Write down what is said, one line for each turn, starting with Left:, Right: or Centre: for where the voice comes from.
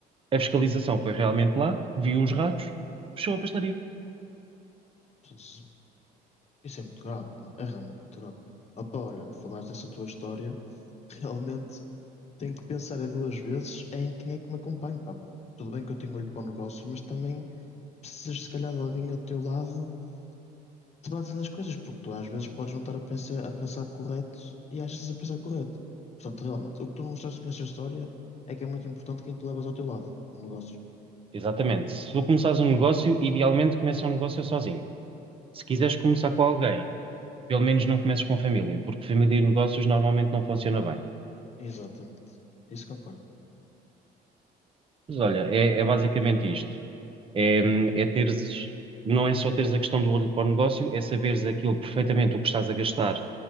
Right: a fiscalização foi realmente lá, viu os ratos, fechou a pastelaria.
Left: Jesus. Isso é muito grave, pá. É realmente muito grave. Opa, olha, falaste dessa tua história. <laughs> Realmente tenho que pensar é duas vezes em quem é que me acompanha, pá. Tudo bem que eu tenho olho para o negócio, mas também precisas, se calhar, de alguém ao teu lado te bases nas coisas, porque tu às vezes podes não estar a pensar, a pensar correto e achas a pensar correto. Portanto, realmente, o que tu mostraste com esta história é que é muito importante quem tu levas ao teu lado, no negócio.
Right: Exatamente. Se tu começares um negócio, idealmente começa um negócio sozinho. Se quiseres começar com alguém, pelo menos não comeces com família, porque família e negócios normalmente não funciona bem.
Left: Exatamente. Isso concordo.
Right: Mas olha, é, é basicamente isto. É, é teres, não é só teres a questão do olho para o negócio, é saberes aquilo perfeitamente o que estás a gastar